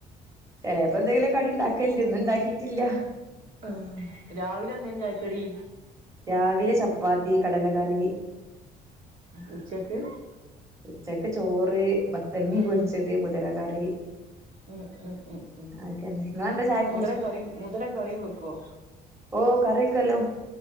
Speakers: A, on the right; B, on the right.
A: ചിലപ്പോന്തെങ്കിലും കടി ഇണ്ടാക്കല്ണ്ട് ഇന്ന്ണ്ടാക്കിയിട്ടില്ല.
B: അഹ് രാവിലെ എന്തേനു ചായക്കടി?
A: രാവിലെ ചപ്പാത്തി കടല കറി.
B: ഉച്ചയ്ക്ക്
A: ഉച്ചക്ക് ചോറ് ബത്തൽമീൻ പൊരിച്ചത്
B: ഉം
A: മുതര കറി.
B: ഉം ഉം ഉം ഉ
A: അതൊക്കെന്നെ നിങ്ങളെന്താ ചായക്ക്
B: മുതര കറിം മുതര കറിയും വെക്കുവോ?
A: ഓഹ് കറിക്കല്ലോ